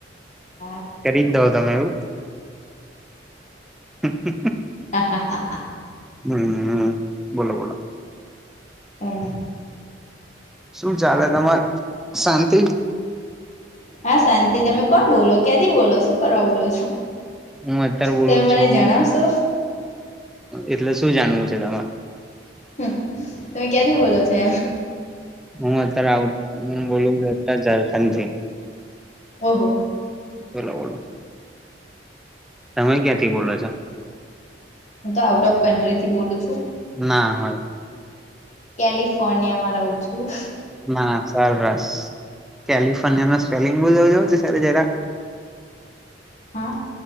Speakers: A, on the left; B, in the centre.
A: હા
B: કરી જ દો તમે એવું? હ.
A: હા હાા
B: હા હા બોલો
A: એણે
B: શું ચાલે તમારે શાંતી?
A: હા, શાંતિ. તમે કોણ બોલો છો? ક્યાંથી બોલો? શુ કરવા બોલો?
B: હું અત્યારે બોલુ
A: તમે મને
B: છું
A: જણાવશો
B: એટલે શું જાણવુ છે તમારે
A: હા, તમે ક્યાંથી બોલો છો?
B: હું અત્યારે ઝારખંડથી બોલું છું.
A: ઓહો, સારું.
B: એલા, બોલો. તમે ક્યાંથી બોલો છો?
A: હું તો આઉટ ઓફ કન્ટ્રીથી બોલું છું.
B: ના હોય.
A: કેલિફોર્નિયામાં રહું છું.
B: ના, સરસ. કેલિફોર્નિયાનું સ્પેલિંગ બોલશો? <unintelligible>
A: હા